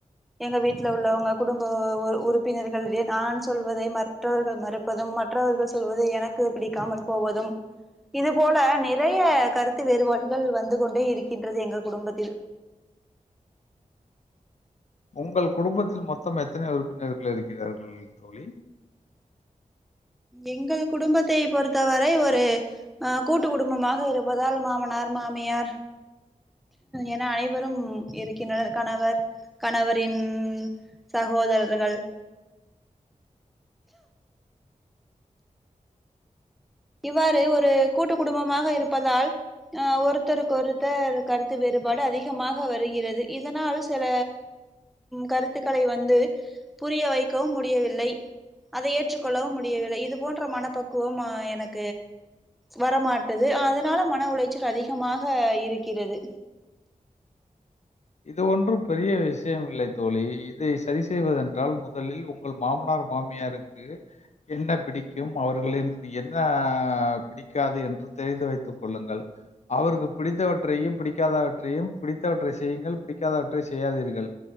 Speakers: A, in the centre; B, on the left.
A: எங்க வீட்டுல உள்ளவங்க குடும்ப உறுப்பினர்கள் நான் சொல்வதை மற்றவர்கள் மறுப்பதும் மற்றவர்கள் சொல்வது எனக்கு பிடிக்காமல் போவதும் இது போல நிறைய கருத்து வேறுபாடுகள் வந்து கொண்டே இருக்கி இருக்கின்றது எங்க குடும்பத்தில்
B: உங்கள் குடும்பத்தில் மொத்தம் எத்தனை உறுப்பினர்கள் இருக்கிறார்கள் தோழி
A: எங்கள் குடும்பத்தை பொறுத்தவரை ஒரு அஹ் கூட்டு குடும்பமாக இருப்பதால் மாமனார் மாமியார் என அனைவரும் இருக்கின்றனர் கணவர் கணவரின் சகோதரர்கள் இவ்வாறு ஒரு கூட்டு குடும்பமாக இருப்பதால் அஹ் ஒருத்தருக் கொருத்தர் கருத்து வேறுபாடு அதிகமாக வருகிறது இதனால் சில கருத்துக்களை வந்து புரிய வைக்கவும் முடியவில்லை அதை ஏற்றுக்கொள்ளவும் முடியவில்லை இது போன்ற மனப்பக்குவம் எனக்கு வரமாட்டுது அதனால மன உளைச்சல் அதிகமாக இருக்கிறது
B: இது ஒன்றும் பெரிய விஷயம் இல்லை தோழி இதை செரி செய்வதென்றால் முதலில் உங்கள் மாமனார் மாமியாருக்கு என்ன பிடிக்கும் அவர்களின் என்ன பிடிக்காது என்று தெரிந்து வைத்துக் கொள்ளுங்கள் அவருக்கு பிடித்தவற்றையும் பிடிக்காதவற்றையும் பிடித்தவற்றை செய்யுங்கள் பிடிக்காதவற்றை செய்யாதீர்கள்